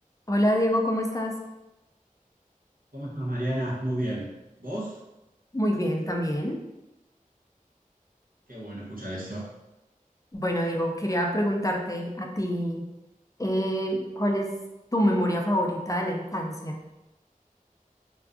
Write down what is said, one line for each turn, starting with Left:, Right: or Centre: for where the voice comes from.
Left: Hola Diego, ¿cómo estás?
Right: ¿Cómo estás, Mariana? Muy bien. ¿Vos?
Left: Muy bien también.
Right: Qué bueno escuchar eso.
Left: Bueno, Diego, quería preguntarte a ti, eh, ¿cuál es tu memoria favorita de la infancia?